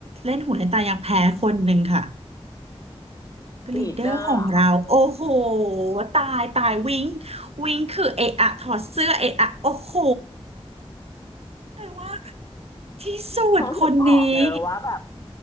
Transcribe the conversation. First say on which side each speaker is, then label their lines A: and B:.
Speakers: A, on the right; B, on the left.
A: เล่นหูเล่นตายังแพ้คนหนึ่งค่ะก็ลีดเดอร์ของเราโอ้โห
B: ลีดเดอร์เหรอคะหรือ
A: ตายตายวิงวิงคือเอะอะถอดเสื้อเอะอะโอ้โหแต่ว่าที่สุดคนนี้
B: เขาถึงบอกเนอะว่าแบบ